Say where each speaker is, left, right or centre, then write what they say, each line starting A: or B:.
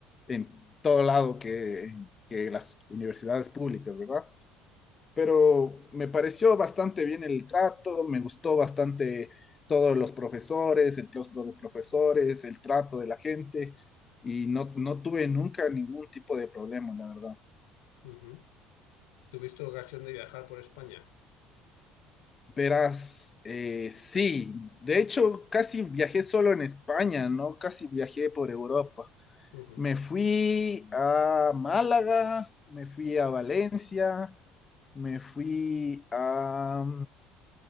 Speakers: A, on the left (about 30°); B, on the left (about 80°).
A: en todo lado que, que las universidades públicas, ¿verdad? Pero me pareció bastante bien el trato, me gustó bastante todos los profesores, el claustro de profesores, el trato de la gente y no, no tuve nunca ningún tipo de problema, la verdad.
B: Ujú. ¿Tuviste ocasión de viajar por España?
A: Verás, eh, sí, de hecho casi viajé solo en España, ¿no? Casi viajé por Europa.
B: Ujú.
A: Me fui a Málaga, me fui a Valencia, me fui a,